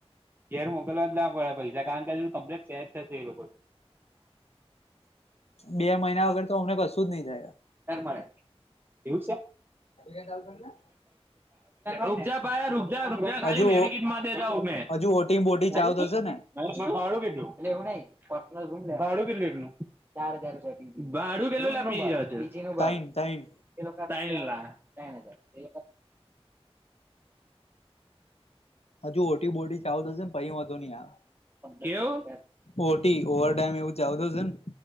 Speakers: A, on the right; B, on the left.
A: ઘેર મોકલવા જ ના પડે પ કારણ કે ક્ <unintelligible>
B: બે મહિના વગર તો અમને કશું જ નહીિ થાય
A: રે એવું છે
B: એ ચાલતો ના
A: રૂક જા પાયા રુકજ રૂકજ ખાલી
B: હજુ
A: મેડિકિટમાં દેતા હું મેં
B: હજુ ઓટી બોટી
A: ભાડું
B: ચાલુ થશે ને
A: કીધું એટલે એવું નહી પટાડું કીધલું એકલું ચાર હજાર રપ ભાડું કેટલુંજીી નું ભાડું
B: તઈન તઈન
A: ક ના એ
B: હજુ ઓટી બોટી ચાલું થશે ને પાઈ હતો નહી યાર
A: કેવું?
B: ઓટી ઓવરડેમ એવું જાવ તો છેને